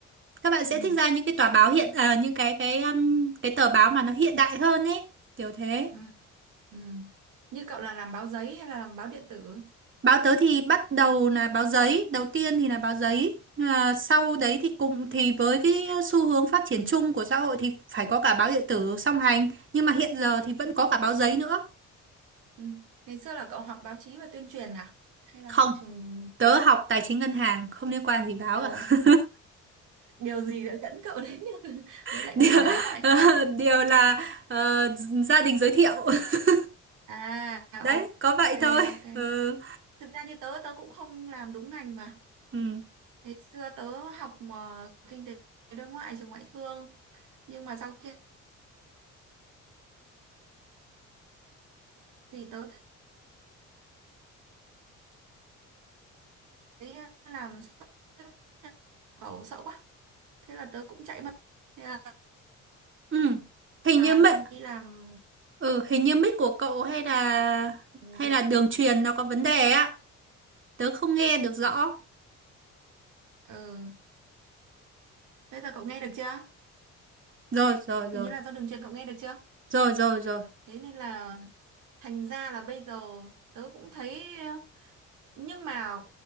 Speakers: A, on the right; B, on the right.
A: các bạn sẽ
B: ừ,
A: thích ra những cái tòa báo hiện ờ, những cái cái um, cái tờ báo mà nó hiện đại hơn ấy kiểu thế
B: ừ, ừ. Như cậu là làm báo giấy hay là làm báo điện tử?
A: Báo tớ thì bắt đầu là báo giấy, đầu tiên thì là báo giấy. À, sau đấy thì cùng thì với cái xu hướng phát triển chung của xã hội thì phải có cả báo điện tử song hành, nhưng mà hiện giờ thì vẫn có cả báo giấy nữa.
B: Ừ. Ngày xưa là cậu học báo chí và tuyên truyền à? Hay là
A: Không,
B: học trường
A: tớ
B: gì?
A: học tài chính ngân hàng không liên quan gì báo
B: Ờ,
A: cả.
B: điều gì đã dẫn cậu đến <laughs>
A: <laughs>
B: với lại
A: Điều,
B: nghề báo vậy?
A: ờ, điều là ờ, gia đình giới thiệu. <laughs>
B: À, ok,
A: Đấy, có vậy thôi.
B: ok.
A: Ừ.
B: Thực ra như tớ, tớ cũng không làm đúng ngành mà.
A: Ừ.
B: Ngày xưa tớ học mà kinh tế đối ngoại trường ngoại thương nhưng mà sau khi thì tớ thấy ờ, làm xuất nhập <laughs> khẩu sợ quá thế là tớ cũng chạy mất thế là
A: Ừ. Hình
B: là
A: như mic
B: xong đi làm
A: ừ, hình như mic của cậu hay là hay
B: việc
A: là đường truyền nó có vấn đề á. Tớ không nghe được rõ.
B: ừ. bây giờ cậu nghe được chưa
A: rồi rồi
B: hình
A: rồi
B: như là do đường truyền cậu nghe được chưa
A: rồi rồi rồi
B: thế nên là thành ra là bây giờ tớ cũng thấy ờ, nhưng mà